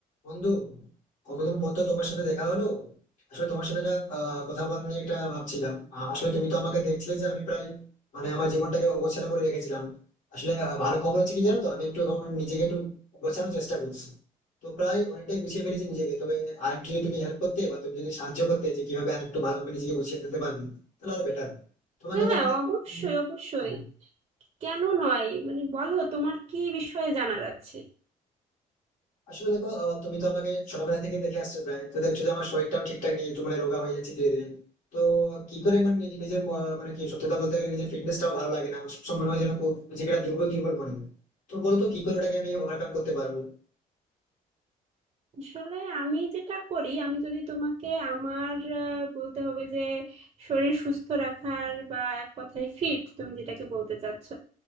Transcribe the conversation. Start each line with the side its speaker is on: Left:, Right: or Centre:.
Left: বন্ধু কতদিন পর তো তোমার সাথে দেখা হলো আসলে তোমার সাথে একটা আহ, কথা বলা নিয়ে একটা ভাবছিলাম আহ, আসলে তুমি তো আমাকে দেখছিলে যে আমি প্রায় মানে আমার জীবনটাকে অগোছালো করে রেখেছিলাম আসলে আহ, ভালো খবর হচ্ছে কি জানো তো আমি একটু এখন নিজেকে একটু গোছানোর চেষ্টা করছি তো প্রায় অনেকটাই গুছিয়ে ফেলেছি নিজেকে তবে আরেকটু যদি তুমি হেল্প করতে বা তুমি যদি সাহায্য করতে যে কিভাবে আরেকটু ভালোভাবে নিজেকে গুছিয়ে ফেলতে পারবে তাহলে আরো বেটার তোমাকে
Right: হ্যাঁ
Left: তো আমি দেখি
Right: অবশ্যই
Left: তুমি
Right: অবশ্যই
Left: হ্যাঁ
Right: কেন নয় মানে বলো তোমার কি বিষয়ে জানার আছে
Left: আসলে দেখো আহ, তুমি তো আমাকে ছোটবেলা থেকে দেখে আসছো প্রায় তো দেখছো যে আমার শরীরটাও ঠিকঠাক নেই একটু মানে রোগা হয়ে যাচ্ছে ধীরে ধীরে তো কি করে মানে নিজ- নিজের ম- মানে কি সত্যতা বলতে গেলে নিজের ফিটনেসটাও ভালো লাগে না সবসময় মনে হয় যেন খুব নিজেকে একটা দুর্বল দুর্বল মনে হয় তো বলো তো কি করে ওটাকে আমি ওভারকাম করতে পারবো
Right: আসলে আমি যেটা করি আমি যদি তোমাকে আমার আহ, বলতে হবে যে শরীর সুস্থ রাখার বা এক কথায় ফিট তুমি যেটাকে বলতে চাচ্ছ